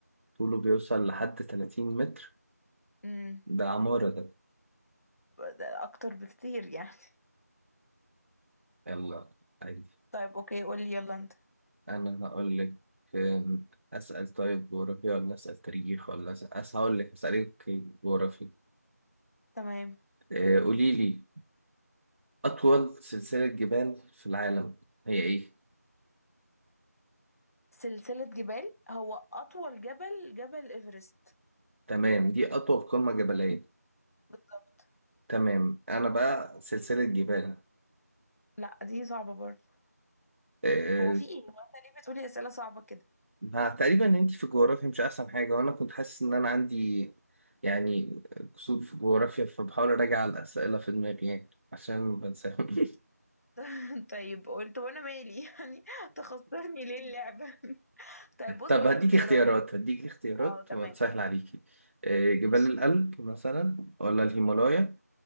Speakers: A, on the right; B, on the left.
A: طوله بيوصل لحد 30 متر
B: امم
A: ده عمارة ده
B: ده أكتر بكتير يعني
A: يلا عادي
B: <laughs> طيب أوكي قولي يلا أنت
A: أنا هقول لك آم، أسأل طيب جغرافيا ولا أسأل تاريخ ولا أسأل أس- هقول لك أسألك جغرافيا
B: تمام
A: آه، قولي لي أطول سلسلة جبال في العالم هي إيه؟
B: سلسلة جبال هو أطول جبل جبل إيفرست
A: تمام دي أطول قمة جبلية
B: بالظبط
A: تمام أنا بقى سلسلة جبال
B: لا دي صعبة برضه
A: آه،
B: هو في إيه؟ هو أنت ليه بتقولي أسئلة صعبة كده؟
A: ما تقريبا ان انت في الجغرافيا مش احسن حاجه وانا كنت حاسس ان انا عندي يعني قصور في الجغرافيا فبحاول اراجع الاسئله في دماغي يعني عشان بنساهم <laughs>
B: <laughs> طيب قلت وأنا مالي <laughs> يعني تخسرني ليه اللعبة؟ <laughs> طيب بص
A: طب
B: قولي
A: هديك
B: اختيارات
A: اختيارات
B: مثلا
A: هديك اختيارات
B: أه تمام
A: وهتسهل عليكي آه، جبال
B: ماشي
A: الألب مثلا ولا الهيمالايا
B: م?